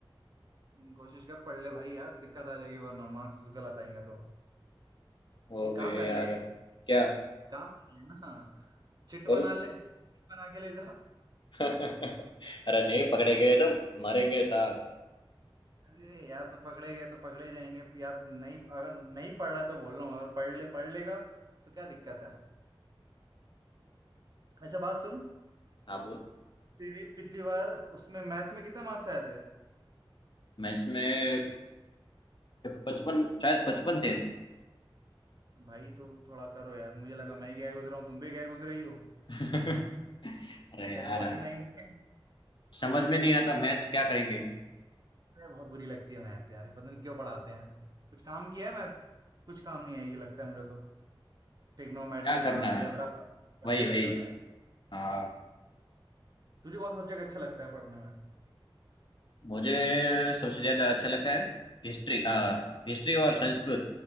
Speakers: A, on the right (about 45°); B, on the left (about 55°).
A: हम्म, कोशिश कर पढ़ ले भाई यार दिक्कत आ जाएगी वरना मार्क्स गलत आएंगे तो
B: वो
A: एक
B: भी
A: काम
B: है
A: कर
B: यार
A: ले एक
B: क्या
A: काम कर ले ना चिट
B: बोल
A: बना ले चिट बना के ले जा
B: <laughs> अरे नहीं पकड़े गए तो मारेंगे सार
A: अरे यार तो पकड़े गए तो पकड़े जाएंगे अब यार नहीं अगर नहीं पढ़ रहा तो बोल रहा हूँ अगर पढ़ ले पढ़ लेगा तो क्या दिक्कत है अच्छा बात सुन
B: हाँ बोल
A: तेरे पिछली बार उसमें मैथ्स में कितने मार्क्स आए थे
B: मैं इसमें पचपन शायद पचपन थे
A: भाई तो थोड़ा करो यार मुझे लगा मैं ही गया गुजरा हूँ तुम भी गए गुजरे ही हो
B: <laughs> अरे यार
A: मेरे फोर्टी नाइन थे
B: समझ में नहीं आता मैथ्स क्या करेंगे
A: अरे, बहुत बुरी लगती है मैथ्स यार पता नहीं क्यों पढ़ाते हैं कुछ काम किया है मैथ्स कुछ काम नहीं आएगी लगता है मुझे तो ट्रिग्नोमेट्री
B: क्या
A: पढ़ो
B: करना
A: अलजेब्रा
B: है
A: करते
B: वही वही
A: रह जाओ यार
B: आ,
A: तुझे कौन सा सब्जेक्ट अच्छा लगता है पढ़ने में
B: मुझे सबसे ज्यादा अच्छा लगता है हिस्ट्री आ, हिस्ट्री और संस्कृत